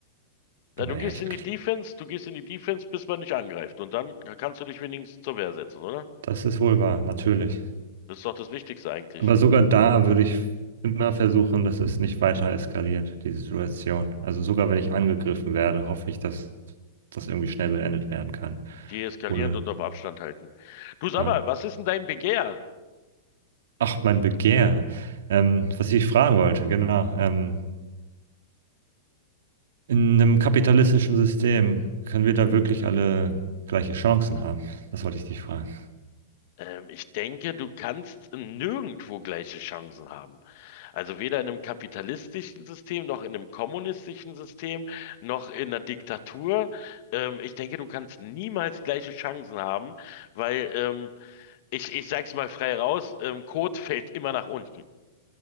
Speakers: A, on the left (about 50°); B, on the right (about 75°).
A: Na,
B: Naja,
A: du gehst
B: ich,
A: in die Defense, du gehst in die Defense, bis man dich angreift und dann kannst du dich wenigstens zur Wehr setzen, oder?
B: das ist wohl wahr, natürlich.
A: Das ist doch das Wichtigste eigentlich.
B: Aber sogar da würde ich immer versuchen, dass es nicht weiter eskaliert, diese Situation. Also sogar wenn ich angegriffen werde, hoffe ich, dass das irgendwie schnell beendet werden kann.
A: Deeskalierend
B: Ohne,
A: und auf Abstand halten. Du sag
B: ja.
A: mal, was ist denn dein Begehr?
B: Ach, mein Begehr. Ähm, was ich fragen wollte, genau. Ähm, in einem kapitalistischen System können wir da wirklich alle gleiche Chancen haben? Das wollte ich dich fragen.
A: Ähm, ich denke, du kannst nirgendwo gleiche Chancen haben. Also weder in einem kapitalistischen System, noch in einem kommunistischen System, noch in einer Diktatur. Ähm, ich denke, du kannst niemals gleiche Chancen haben, weil ähm, ich, ich sag's mal frei raus, ähm, Kot fällt immer nach unten.